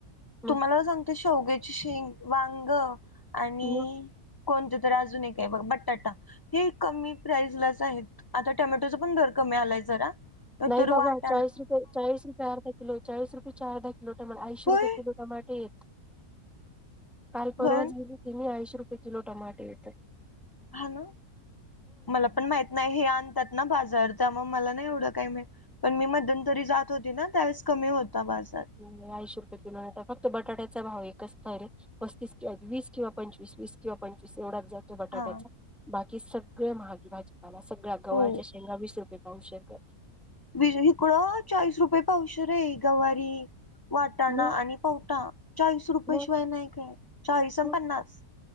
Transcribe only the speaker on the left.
तुम्हाला सांगते शेवग्याची शेंग, वांगं आणि
कोणतं तर अजून एक हाय बघ बटाटा हे कमी प्राईसलाच आहेत आता टोमॅटोचा पण दर कमी आलाय जरा तर
तरी
वाट
होय
पण
हा ना मला पण माहि नाही हे आणतात ना बाजार तर मग मला नाही एवढं काय माहित पण मी मध्यून तरी जात होती ना त्यावेळेस कमी होता बाजार.
हा
हो.
बीज इकडं चाळीस रुपये पावशेर आहे गवारी वाटाणा
आणि पवटा चाळीस रुपये
शिवाय नाही काय चाळीस आणि
पन्नास